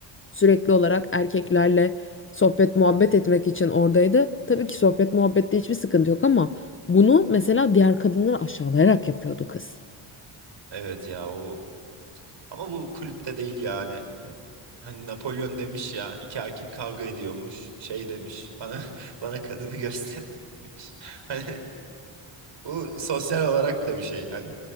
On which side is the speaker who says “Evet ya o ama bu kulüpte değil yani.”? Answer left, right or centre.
Right